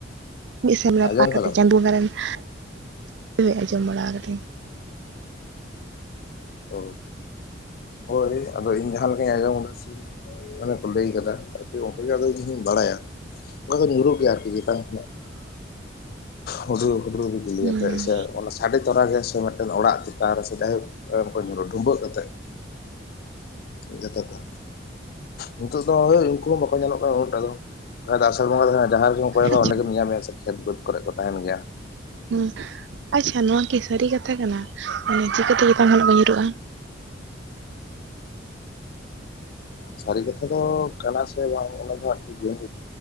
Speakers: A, on the right (about 70°); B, on the left (about 55°).
A: ᱢᱤᱫ ᱥᱮᱫ ᱨᱮ
B: ᱟᱸᱡᱚᱢ
A: ᱯᱟᱠ ᱠᱟᱛᱮᱜ
B: ᱠᱟᱫᱟᱢ
A: ᱪᱟᱸᱫᱳ ᱵᱚᱸᱜᱟᱨᱮᱱ <unintelligible> ᱟᱡᱚᱢ ᱵᱟᱲᱟ ᱠᱟᱫᱟᱧ
B: ᱚ ᱦᱳᱭ ᱟᱫᱚ ᱤᱧ ᱡᱟᱦᱟᱸ ᱞᱮᱠᱟᱧ ᱟᱸᱡᱚᱢ ᱟᱠᱟᱫᱟ ᱥᱮ ᱢᱟᱱᱮ ᱠᱚ ᱞᱟᱹᱭ ᱟᱠᱟᱫᱟ ᱟᱨᱠᱤ ᱚᱱᱠᱟᱜᱮᱫᱚ ᱤᱧ ᱦᱚᱧ ᱵᱟᱲᱟᱭᱟ ᱠᱟ ᱫᱚ ᱧᱩᱨᱩᱜ ᱜᱮᱭᱟ ᱟᱨᱠᱤ ᱪᱮᱛᱟᱝ ᱠᱷᱱᱟᱜ ᱦᱩᱰᱩᱨ ᱦᱩᱰᱩᱨ ᱵᱤᱞᱤᱭᱟᱛᱜ
A: ᱦᱩᱸ
B: ᱥᱮ ᱚᱱᱟ ᱥᱟᱰᱮ ᱛᱚᱨᱟᱮ ᱥᱮ ᱢᱤᱫᱴᱮᱱ ᱚᱲᱟᱜ ᱪᱮᱛᱟᱱ ᱨᱮ ᱥᱮ ᱡᱟᱭᱦᱳᱠ ᱠᱚ ᱧᱩᱨᱩᱜ ᱰᱷᱩᱢᱵᱟᱹᱜ ᱠᱟᱛᱮᱫ ᱡᱛᱚ ᱱᱤᱛ ᱫᱚ ᱩᱱᱠᱩ ᱦᱚᱸ ᱵᱟᱠᱚ ᱧᱮᱞᱚᱜ ᱠᱟᱱᱟ ᱩᱱᱟᱹᱜ ᱴᱟᱜ ᱫᱚ, ᱟᱥᱟᱲ ᱵᱚᱸᱜᱟ ᱫᱚ ᱡᱟᱦᱟᱸ ᱨᱮᱜᱮᱢ ᱠᱚᱭᱚᱜᱟ
A: ᱟᱪᱪᱷᱟ
B: ᱚᱸᱰᱮ ᱜᱮᱢ ᱧᱮᱞ ᱧᱟᱢᱮᱭᱟ ᱥᱮᱠᱤ ᱠᱷᱮᱛ ᱵᱟᱹᱫᱽ ᱠᱚᱨᱮ ᱠᱚ ᱛᱟᱦᱮᱱ ᱜᱮᱭᱟ
A: ᱦᱩᱸ ᱟᱪᱪᱷᱟ ᱱᱚᱣᱟ ᱠᱤ ᱥᱟᱹᱨᱤ ᱠᱟᱛᱷᱟ ᱠᱟᱱᱟ ᱢᱟᱱᱮ ᱪᱤᱠᱟᱹᱛᱮ ᱪᱮᱸᱛᱟᱱ ᱠᱷᱱᱟᱜ ᱠᱚ ᱧᱩᱨᱩᱜᱼᱟ
B: ᱥᱟᱹᱨᱤ ᱠᱟᱛᱷᱟ ᱫᱚ ᱠᱟᱱᱟ ᱥᱮ ᱵᱟᱝ ᱚᱱᱟ ᱫᱚ ᱤᱧ